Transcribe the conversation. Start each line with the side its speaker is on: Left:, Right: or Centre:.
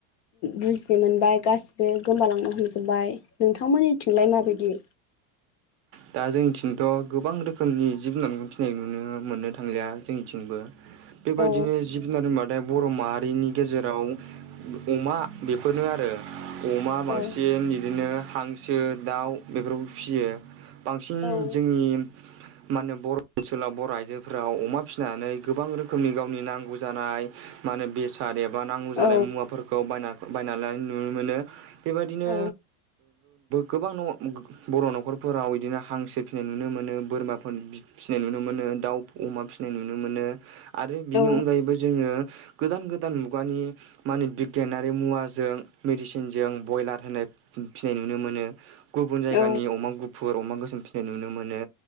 Left: बुजिनो मोनबाय गासिबो गोमालांनो हमजोबबाय। नोंथांमोननिथिंलाय माबायदि
Right: दा जोंनिथिंथ' गोबां रोखोमनि जिब जुनारखौ फिसिनाय नुनो मोननो थांलिया जोंनिथिंबो। बेबायदिनो
Left: औ
Right: जिब जुनार मादथाय बर' माहारिनि गेजेराव अमा बेफोरनो आरो। अमा
Left: औ
Right: बांसिन बिदिनो हांसो दाउ बेफोरखौ फिसियो। बांसिन
Left: औ
Right: जोंनि
Left: <inaudible>
Right: मान होने बर' ओनसोलाव बर' आइजोफोराव अमा फिसिनानै गोबां रोखोमनि गावनि नांगौ जानाय मा होनो बेसाद एबा नांगौ जानाय
Left: औ
Right: मुवाफोरखौ बायना बायनानै नुनो मोनो। बेबायदिनो
Left: औ
Right: गोबां बर' न'खरफोराव बिदिनो हांसो फिसिनाय नुनो मोनो बोरमाफोर फिसिनाय नुनो मोनो दाउ अमा फिसिनाय नुनो मोनो। आरो बिनि
Left: औ
Right: अनगायैबो जोङो गोदान गोदान मुगानि माने बिगियानारि मुवाजों मेडिसिनजों बयलार होनाय फिनाय नुनो मोनो। गुबुन जायगानि
Left: औ
Right: अमा गुफुर अमा गोसोम फिसिनाय नुनो मोनो